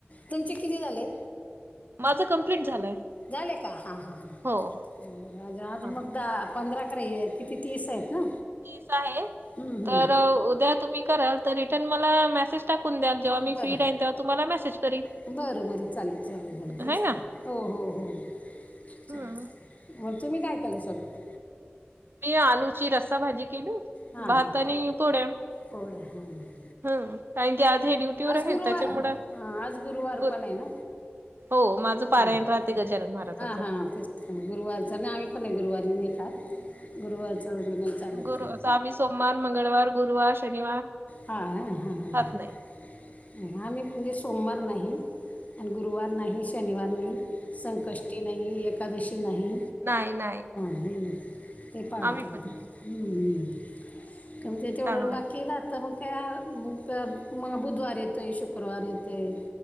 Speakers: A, on the left; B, on the right.
A: तुमचे किती झाले?
B: माझं कंप्लीट झालंय.
A: झाले का? हा हा हा,
B: हो हो
A: माझे अजून
B: म्हणून
A: मग दहा पंधरा कार आहेत किती तीस आहेत ना?
B: तीस आहे
A: हं, हं.
B: तर उद्या तुम्ही कराल तर रिटर्न मला मॅसे सेज टाकून द्या जेव्हा मी
A: बरं
B: फ्री राहीन, तेव्हा तुम्हांला मॅसेज करील.
A: बरं बरं चालेल चालेल चालेल तेच
B: है ना
A: तर हो हो हो चालेल
B: हम्म.
A: चालेल. तुम्ही काय केलंय सकाळी.
B: मी आलूची रस्साभाजी केली
A: हां
B: भात
A: हां
B: आणि पोळ्या.
A: पोळ्या हां
B: हं कारण की आज हे ड्युटीवर
A: आज गुरुवार
B: आहेत त्याच्यामुळं
A: हा आज गुरुवार
B: बरं
A: पण आहे ना
B: हो माझं पारायण
A: हं.
B: राहते गजानन महाराजाचं.
A: हा हा गुरुवारचा ना आम्ही पण नाही गुरुवारी नाही खात गुरुवारचं नाही चालत.
B: गुरु असं आम्ही सोमवार, मंगळवार, गुरुवार, शनिवार
A: हा आं हा हा.
B: खात नाही.
A: आम्ही म्हणजे सोमवार नाही आणि गुरुवार नाही शनिवार नाही. संकष्टी नाही, एकादशी नाही.
B: नाही नाही.
A: हूं ते पाळतो
B: आम्ही
A: मात्र
B: पण नाही
A: हुं हुं. कारण ते तेवढं
B: चांगला
A: बाकी राहतं मग. त्या मग बुधवार येतोय, शुक्रवार येतोय